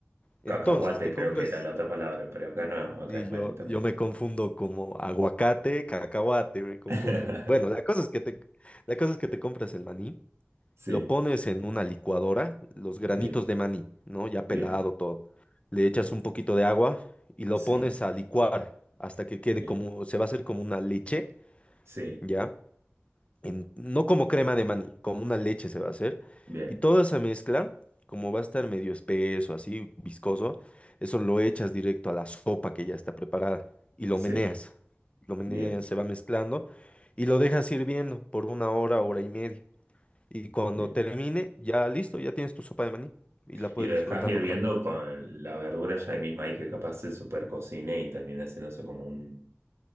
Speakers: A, on the left; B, on the right.
A: Entonces,
B: Cacahuate
A: te
B: creo
A: compras
B: que era la otra palabra, pero acá no, acá
A: Y
B: es
A: yo,
B: maní también.
A: yo me confundo como aguacate, cacahuate, me confundo.
B: <laughs>
A: Bueno, la cosa es que te, la cosa es que te compras el maní,
B: Sí,
A: lo pones en una licuadora, los granitos
B: bien,
A: de maní, ¿no? Ya
B: bien.
A: pelado todo. Le echas un poquito de agua y lo
B: Sí.
A: pones a licuar hasta que quede
B: Bien,
A: como, se va a hacer como una leche,
B: sí,
A: ¿ya? en- no como crema de maní, como una leche se va a hacer.
B: bien,
A: Y toda esa mezcla, como va a estar medio espeso, así viscoso, eso lo echas directo a la sopa que ya está preparada y lo
B: sí,
A: meneas. Lo meneas,
B: bien,
A: se va mezclando y lo dejas hirviendo por una hora, hora y media. Y cuando
B: bien.
A: termine, ya listo, ya tienes tu sopa de maní y la puedes
B: Y lo
A: disfrutar
B: dejas hirviendo
A: normal.
B: con la verdura ya ahí misma ahí que capaz se super cocine y termina haciéndose como un,